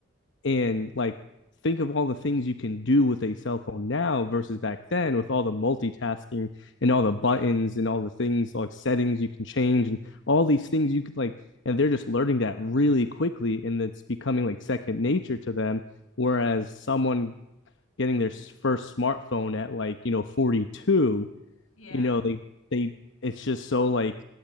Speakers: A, on the left; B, on the left.
A: and like think of all the things you can do with a cell phone now versus back then with all the multitasking and all the buttons
B: Yeah.
A: and all the things like settings you can change and all these things you could like and they're just learning that really quickly and it's becoming like second nature to them whereas someone getting their
B: Like
A: first smartphone at like, you know, 42,
B: yeah.
A: you know, they they it's just so like